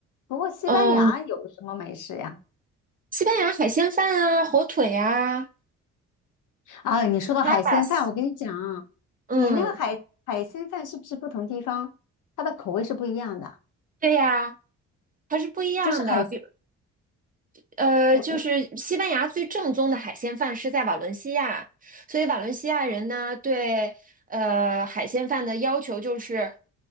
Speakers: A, on the left; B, on the right.
A: 不过西班牙有什么美食呀？
B: 嗯，西班牙海鲜饭啊，火腿啊
A: 啊，你说到海鲜饭，
B: ，tapas，
A: 我跟你讲啊，
B: 嗯，
A: 你那个海海鲜饭是不是不同地方它的口味是不一样的？
B: 对呀。它是不一样的，
A: 就是海，
B: 比呃，
A: 我
B: 就是西班牙最正宗的海鲜饭是在瓦伦西亚，所以瓦伦西亚人呢对呃海鲜饭的要求就是